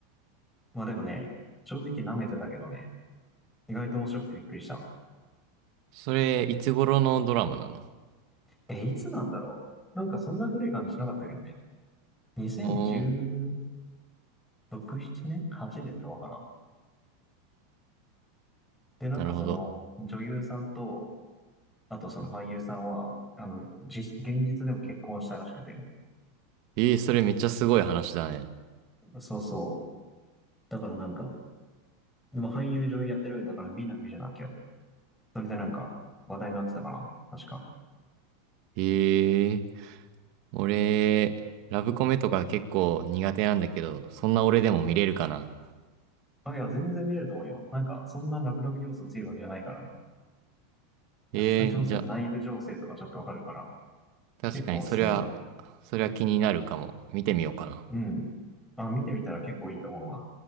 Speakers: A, in the centre; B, on the right.
A: う。まあでもね、正直舐めてたけどね、意外と面白くてびっくりした。
B: それ、いつ頃のドラマなの
A: え、いつなんだろうなんかそんな古い感じしなかったけどね。2010、
B: おお
A: 6、7年 ?8 年とかかな。で、なんかその女優さんと、
B: ー、なるほど。
A: あとその俳優さんは、あの、実、現実でも結婚したらしくて。
B: えー、それめっちゃすごい話だね。
A: そうそう。だからなんか、でも俳優女優やってるよりだから美男美女なわけよ。それでなんか話題になってたかな。確か。
B: ええ俺、ラブコメとか結構苦手なんだけど、そんな俺でも見れるかな。
A: あ、いや、全然見れると思うよ。なんか、そんなラブラブ要素強いわけじゃないからね。
B: ええじゃあ、
A: 北朝鮮の内部情勢とかちょっとわかるから、
B: 確かにそれは、
A: 結構おすすめ。
B: それは気になるかも。見てみようかな。
A: うん。あ、見てみたら結構いいと思うわ。